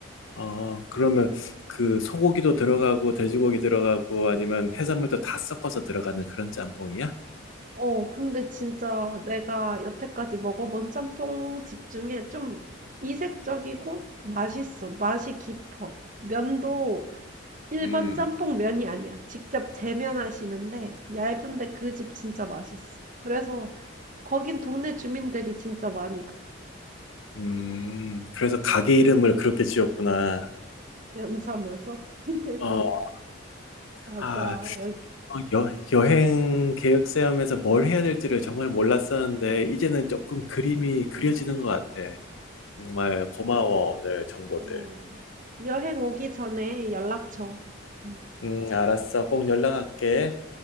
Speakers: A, on the left; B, on the right.
A: 어, 그러면 그 소고기도 들어가고 돼지고기 들어가고 아니면 해산물도 다 섞어서 들어가는 그런 짬뽕이야?
B: 어, 근데 진짜 내가 여태까지 먹어본 짬뽕 집 중에 좀 이색적이고 맛있어. 맛이 깊어. 면도 1번
A: 음,
B: 짬뽕 면이 아니야. 직접 재면하시는데 얇은데 그 집 진짜 맛있어. 그래서 거긴 동네 주민들이 진짜 많이 가.
A: 음. 그래서 가게 이름을 그렇게 지었구나.
B: 면 사면서. <laughs>
A: 어.
B: 맞아.
A: 아.
B: 여기.
A: 어 여 여행 계획 세우면서 뭘 해야 될지를 정말 몰랐었는데 이제는 쪼끔 그림이 그려지는 것 같아. 정말 고마워 오늘 정보들.
B: 어. 여행 오기 전에 연락 줘. 음.
A: 음 알았어. 꼭 연락할게.